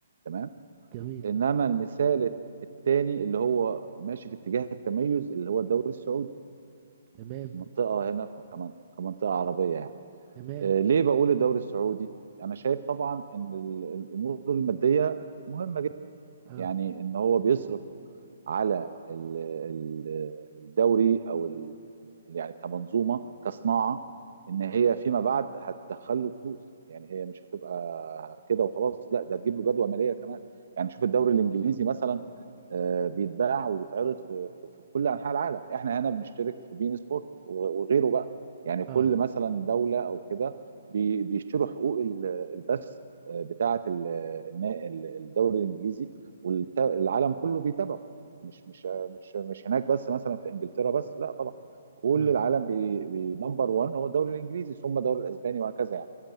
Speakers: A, on the right; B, on the right.
A: تمام
B: جميل
A: إنما المثال الثاني اللي هو ماشي في اتجاه التميز اللي هو الدوري السعودي
B: تمام
A: منطقة هنا في كمان كمنطقة عربية يعني
B: تمام
A: آه، ليه بقول الدوري السعودي أنا شايف طبعا إن ال- الأمور المادية مهمة
B: آه
A: يعني ان هو بيصرف على ال- ال- الدوري او ال- يعني كمنظومه كصناعه ان هي فيما بعد هتدخل له فلوس يعني هي مش هتبقى كده وخلاص لا ده هتجيب له جدوى ماليه كمان يعني شوف الدوري الانجليزي مثلا آه، بيتباع وبيتعرض في, في في كل انحاء العالم احنا هنا بنشترك في بين سبورت و- وغيره بقى يعني كل
B: آه
A: مثلا دوله او كده بي- بيشتروا حقوق ال- البث آه، بتاعه ال- النا- ال- الدوري الانجليزي والعالم كله بيتابعه مش مش مش مش هناك بس مثلا في انجلترا بس لا طبعا كل
B: آه
A: العالم بنمبر 1 هو الدوري الانجليزي ثم الدوري الاسباني وهكذا يعني